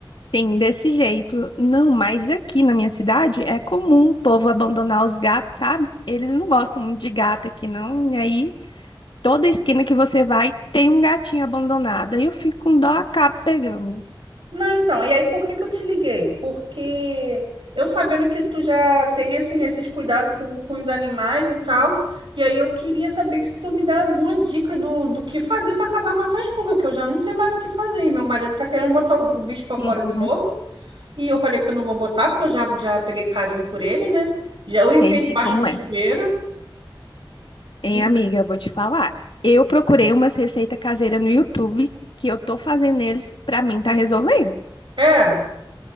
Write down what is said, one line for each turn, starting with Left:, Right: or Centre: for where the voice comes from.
Left: Sim, desse jeito. Não, mas aqui na minha cidade é comum o povo abandonar os gatos, sabe? Eles não gostam muito de gato aqui, não. E aí, toda esquina que você vai tem um gatinho abandonado. Aí eu fico com dó, acabo pegando.
Right: Não, então, e aí por que que eu te liguei? Porque eu sabendo que tu já tem, assim, esses cuidados com, com os animais e tal, e aí eu queria saber se tu me dá alguma dica do, do que fazer para acabar com essas pulgas, que eu já não sei mais o que fazer. E meu marido tá querendo botar o, o bicho para fora
Left: Uhum,
Right: de novo. E eu falei que eu não vou botar, porque eu já, já peguei carinho por ele, né? Já eu enfiei
Left: Sei bem
Right: debaixo
Left: como
Right: do chuveiro.
Left: é. Hein,
Right: E-
Left: amiga, vou te falar. Eu procurei umas receitas caseiras no YouTube que eu tô fazendo eles pra mim tá resolvendo.
Right: É.